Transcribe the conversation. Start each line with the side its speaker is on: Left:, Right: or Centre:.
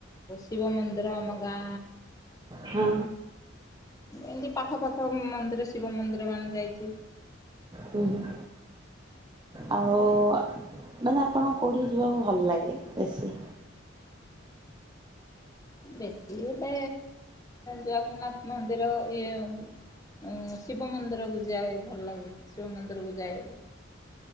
Left: ଶିବ ମନ୍ଦିର ଆମ ଗାଁ
Right: ହଁ।
Left: ଏମତି ପାଖ ପାାଖ ମନ୍ଦିର ଶିବ ମନ୍ଦିର ମାନ ଯାଇଚି।
Right: ହୁଁ, ହୁଁ। ଆଉ ଅ, ମାନେ ଆପଣ କୋଉଠିକି ଯିବାକୁ ଭଲ ଲାଗେ ବେଶୀ?
Left: ବେଶୀ ଏବେ ଜଗନ୍ନାଥ ମନ୍ଦିର ଇଏ ଶିବ ମନ୍ଦିର କୁ ଯାଏ, ଭଲ ଲାଗେ ଶିବ ମନ୍ଦିର କୁ ଯାଏ।